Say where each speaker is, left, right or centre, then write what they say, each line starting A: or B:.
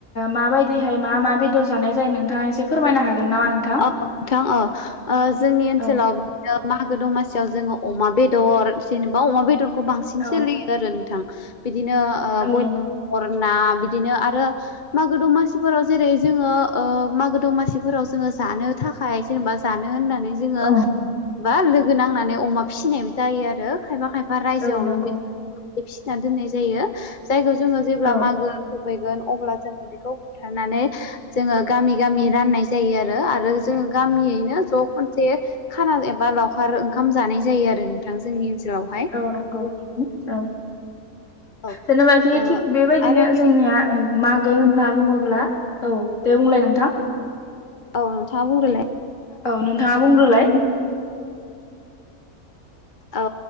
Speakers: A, on the left (about 55°); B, on the left (about 35°).
A: माबायदिहाय मा मा बेदर जानाय जायो नोंथाङा एसे फोरमायनो हागोन नामा नोंथां?
B: औ नोंथां औ जोंनि ओनसोलाव
A: औ
B: बिदिनो मा गो दमासियाव जोङो अमा बेदर जेनेबा अमा बेदरखौ बांसिन
A: औ
B: सोलियो आरो नोंथां बिदिनो ओ
A: औ
B: बय
A: नंगौ
B: अर ना बिदिनो आरो मागो दमासिफोराव जेरै जोङो ओ मागो दमासिफोराव जोङो जानो थाखाय जेनेबा जानो होननानै जोङो
A: औ
B: बा नांनानै अमा फिनायबो जायो आरो खायफा खायफा रायजोआवनो
A: औ नंगौ
B: बि फिसिनानै दोननाय जायो जायखौ जोङो जेब्ला
A: औ
B: मागो फैगोन अब्ला जोङो बेखौ बुथारनानै जोङो गामि गामि राननाय जायो आर आरो जोङो गामियैनो ज' खनसे खाना एबा लावखार ओंखाम जानाय जायो आरो नोंथां जोंनि ओनसोलावहाय
A: औ नंगौ औ
B: औ
A: जेनेबाखि
B: ओ
A: थिग बेबायदिनो
B: आरो बिदि
A: जोंनिया मागो होनना
B: औ
A: <unintelligible> औ दे बुंलाय नोंथां
B: औ नोंथाङा बुंग्रोलाय
A: औ नोंथाङा बुंग्रोलाय
B: औ